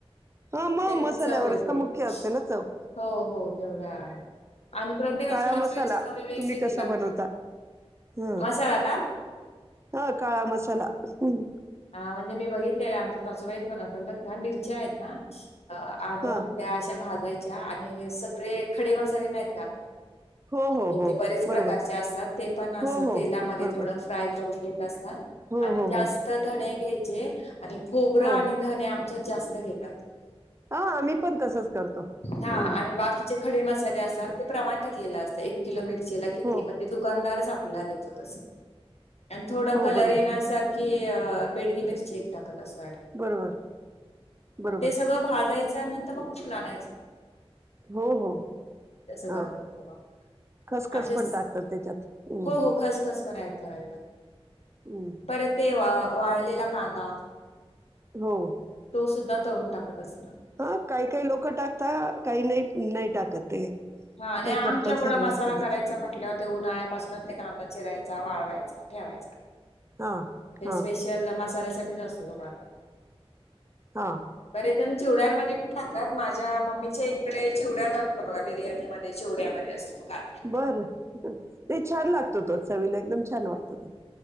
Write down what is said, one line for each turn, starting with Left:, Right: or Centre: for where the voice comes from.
Right: हा मग
Left: त्याने
Right: मसाल्यावरच
Left: चव येत
Right: तर मुख्य असते ना चव
Left: हो हो तेवढा आहे आणि प्रत्येकाची
Right: काळा
Left: मसाल्याची
Right: मसाला
Left: चवळी वेगवेगळी
Right: तुम्ही कसा
Left: लागते
Right: बनवता? ह
Left: मसाला का.
Right: हा काळा मसाला. हम्म.
Left: हा म्हणजे मी बघितलेले आमच्या सासूबाईच बनवतात बरं का मिरच्या आहेत ना. अ आणनून
Right: हा
Left: त्या्या अशा भाजायच्या आणि सगळे खडे मसाले नाही त्या.
Right: हो हो
Left: े
Right: हो
Left: ते बरेच
Right: बरोबर
Left: प्रकारचे असतात ते पण अस
Right: हो हो
Left: तेलामध्ये
Right: बरोबर
Left: थोड फ्राय करून घेत.
Right: हो
Left: आणि
Right: हो
Left: जास्त
Right: हो
Left: धणे घ्यायचे आणि खोबरं
Right: हो
Left: आणि धणे आम. जास्त घेतात.
Right: हा आम्ही पण तसच करतो
Left: हा
Right: ह्.
Left: आणि बाकीचे खडे मसाले असतात ते प्रमाण ठरलेला असत एक किलो मिरचेला किती
Right: हो
Left: मग ते दुकानदार देतो त थोड
Right: हो
Left: कलर
Right: बरोबर
Left: येण्यासारखी बेडगी मिरची एक टाकत तस
Right: बरोबर बरोबर
Left: ते सगळं भाजायचं नंतर मग कुठून आणायचं
Right: हो हो
Left: तसं
Right: हां
Left: करतात का.
Right: खसखस
Left: आमच्या
Right: पण टाकतात त्याच्यात हम्म.
Left: हो हो खसखस पण ऍड करावी लागते.
Right: हम्म.
Left: परत ते वा वाळलेला कांदा
Right: हो.
Left: तो सुद्धा तळून टाकत अस
Right: हा काही काही लोक टाकत काही नाही नाही टाकत ते.
Left: हा आणि
Right: काही
Left: आमच्याकड
Right: कंपल्सरी
Left: मसाला
Right: नसतं त्याचं
Left: करायचा म्हटलं ते उन्हाळ्यापासूनच ते कांदा चिरायच. वाढवायचा आणि ठेवायचा
Right: हां
Left: ते
Right: हां
Left: स्पेशल मसाल्यासाठी. ते घासू नको आता.
Right: हा.
Left: तेज्यान चिवड्यांमध्ये मीठ टाकतात. माझ्या मम्मीच्या इकडे चिवड्यात असतो बघा. बिर्याणी मध्ये, चिवड्यामध्ये असतो. कांदा
Right: बर. नई छान लागतो तो, चवीला एकदम छान वाटत तो.